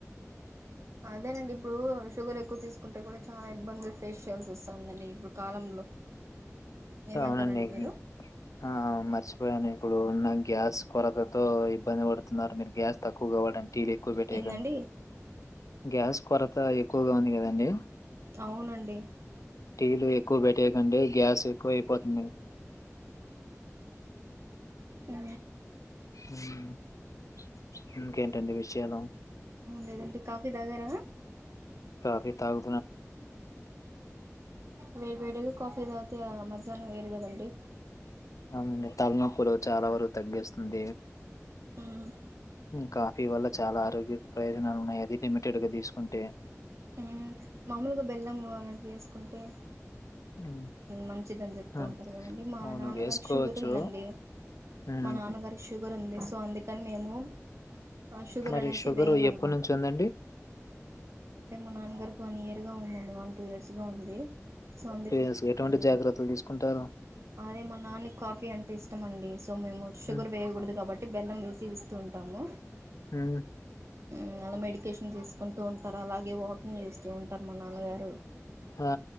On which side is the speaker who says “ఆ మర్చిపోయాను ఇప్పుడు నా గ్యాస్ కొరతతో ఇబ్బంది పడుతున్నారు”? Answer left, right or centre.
Left